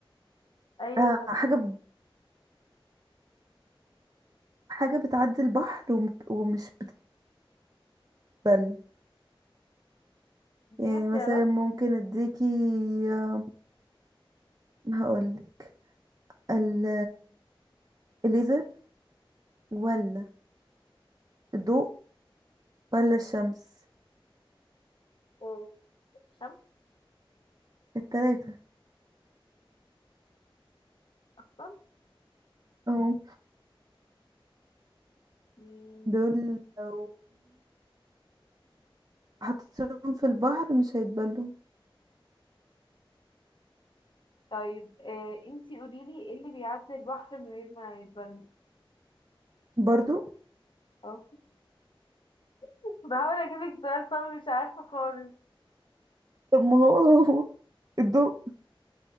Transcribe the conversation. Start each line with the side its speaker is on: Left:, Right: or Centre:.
Left: ايوه
Right: آه
Left: شطور
Right: حاجة ب... حاجة بتعدي البحر وم... ومش بتتبل يعني
Left: دي اختيارات
Right: مثلا ممكن اديكي آه، هقولك ال... الليزر ولا الضوء ولا الشمس
Left: آه، الشمس
Right: التلاتة
Left: اصلا
Right: اه
Left: مم.
Right: دول لو حطيتهم في البحر مش هيتبلوا
Left: طيب آه، انتي قوليلي ايه اللي بيعدي البحر من غير ما يتبل
Right: برضو <laughs>
Left: اه <laughs> بحاول اجيبك سؤال صعب مش عارفة خالص
Right: طب ما هو هو الضوء